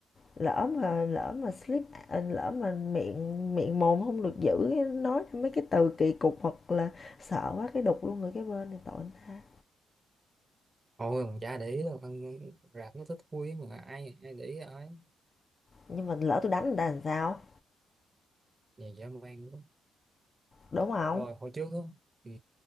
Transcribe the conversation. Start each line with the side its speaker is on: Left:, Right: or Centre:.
Left: lỡ mà lỡ mà slip à, lỡ mà miệng miệng mồm không được giữ, nói mấy cái từ kỳ cục hoặc là sợ quá cái đục luôn người cái bên thì tội người ta.
Right: Ôi mà chả để ý đâu con rạp nó thích thúi mà ai ai để ý ai.
Left: Nhưng mà lỡ tôi đánh người ta làm sao,
Right: Nhà dã man lắm.
Left: đúng không
Right: Rồi hồi trước á ừ.